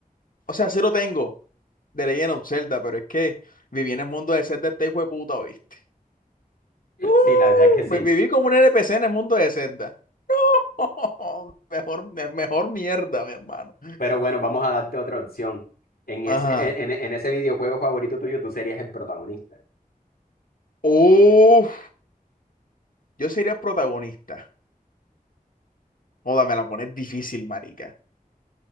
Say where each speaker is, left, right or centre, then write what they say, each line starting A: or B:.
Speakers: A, on the left; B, on the left.
A: O sea, sí lo tengo, de Legend of Zelda, pero es que viví en el mundo de Zelda este hijo de puta, ¿viste?
B: <laughs>
A: Uh,
B: Sí, la verdad es que sí.
A: me viví como un NPC en el mundo de Zelda. <laughs> Mejor, mejor mierda, mi hermano.
B: Pero bueno, vamos a darte otra opción. En
A: Ajá.
B: ese, en, en en ese videojuego favorito tuyo, tú serías el protagonista.
A: Uf, yo sería el protagonista. Joda, me la pones difícil, marica.